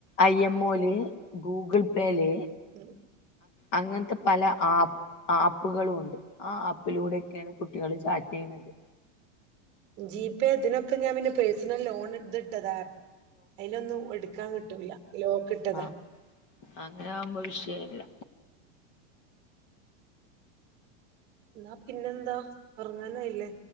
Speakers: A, on the left; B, on the right.
A: ഐഎംഒയിൽ ഗൂഗൾ പേയിലേ
B: ഉം
A: അങ്ങനത്തെ പല ആപ്പ് ആപ്പുകളും ഉണ്ട് ആ ആപ്പിലൂടെൊക്കെയാണ് കുട്ടികള് ചാറ്റ് ചെയ്യുന്നത്
B: ജിപേ ഇതിനൊക്കെ ഞാൻ പിന്നെ പേഴ്സണൽ ലോൺ ഇത് ഇട്ടതാ അതിലൊന്നും എടുക്കാൻ കിട്ടൂല ലോക്ക് ഇട്ടതാ
A: ആഹ അങ്ങനെ ആവുമ്പോ വിഷയമല്ല
B: എന്നാ പിന്നെന്താ ഉറങ്ങാനായില്ലേ